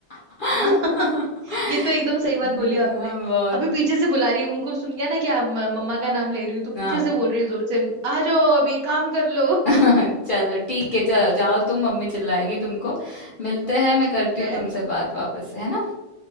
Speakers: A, on the left (about 55°); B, on the right (about 60°).
A: <laughs>
B: हाँ <laughs> ये तो एकदम सही बात बोली
A: हाँ,
B: आपने
A: बहुत
B: अभी पीछे से बुला रही है उनको सुन गया ना कि आप म- मम्मा का नाम ले रही हूँ तो पीछे
A: हाँ
B: से बोल रही है जोर से आ जाओ अभी काम कर लो <laughs>
A: <laughs> चलो ठीक है चलो जाओ तुम मम्मी चिल्लाएगी तुमको मिलते हैं मैं
B: ठीक
A: करती हूँ
B: है
A: तुमसे बात वापस से है ना